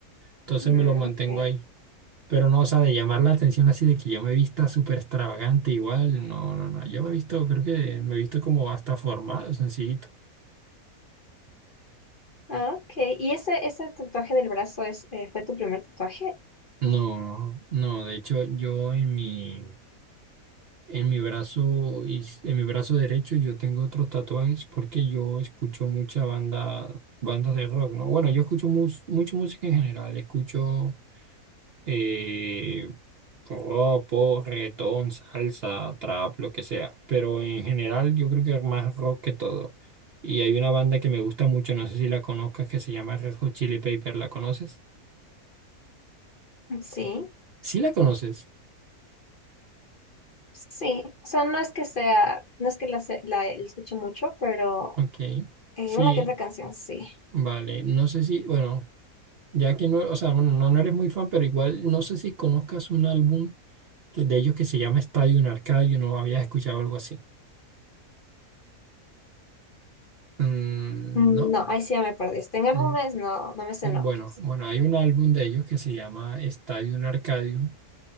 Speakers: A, on the right; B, on the left.
A: Entonces
B: Mm,
A: me lo mantengo
B: ok.
A: ahí. Pero no, o sea, de llamar la atención así de que yo me vista súper extravagante, igual, no, no, no. Yo me he visto, creo que me he visto como hasta formal, sencillito.
B: Ah, ok. ¿Y ese, ese tatuaje del brazo es, eh, fue tu primer tatuaje?
A: No, no, de hecho, yo en mi. En mi brazo, y en mi brazo derecho yo tengo otros tatuajes porque yo escucho mucha banda, bandas de rock, ¿no? Bueno, yo escucho mus- mucha música en general, escucho eh, rock, pop, reggaetón, salsa, trap, lo que sea, pero en general yo creo que más rock que todo. Y hay una banda que me gusta mucho, no sé si la conozcas, que se llama Red Hot Chili Pepper, ¿la conoces?
B: Sí,
A: Sí la conoces,
B: sí. O sea, no es que sea, no es que la, se- la escuche mucho, pero
A: ok,
B: eh,
A: sí,
B: una que otra canción, sí.
A: vale, no sé si, bueno. Ya que no, o sea, bueno, no, no eres muy fan, pero igual no sé si conozcas un álbum que, de ellos que se llama Stadium Arcadium, no habías escuchado algo así. Mm,
B: Mm,
A: no.
B: No, ahí sí ya me perdiste. En álbumes
A: Mm,
B: no, no me sé
A: Bueno,
B: nombres.
A: bueno, hay un álbum de ellos que se llama Stadium Arcadium